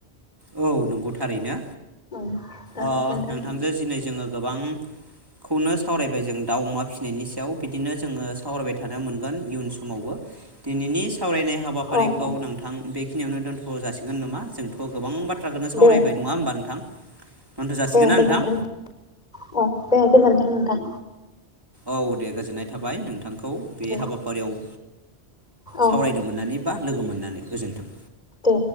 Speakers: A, on the right; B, on the left.
A: औ नोंगौ थारैनो
B: औ दा
A: ओ
B: नोंथां
A: नोंथांजो जिनै जोङो गोबां खौनो सावरायबाय जों दाउ अमा फिसिनायनि सायाव बिदिनो जोङो सावरायबाय थानो मोनगोन इयुन समावबो। दिनैनिस सावरायनाय हाबाफारिखौ
B: औ औ
A: नोंथां बेखिनियावनो दोनथ' जासिगोन नामा जोंथ' गोबां बाथ थ्राखोनो सावरायबाय
B: दे
A: नङा होमबा नोंथां? दोनथ' जासिगोन
B: दे
A: ना
B: गोजोनथों
A: नोंथां
B: औ दे गोजोनथों नोंथां।
A: औ दे गोजोननाय थाबाय नोंथांखौ बे
B: औ
A: हाबाफारियाव
B: औ
A: सावरायनो मोननानै बा लोगो मोननानै गोजोन्थों।
B: दे।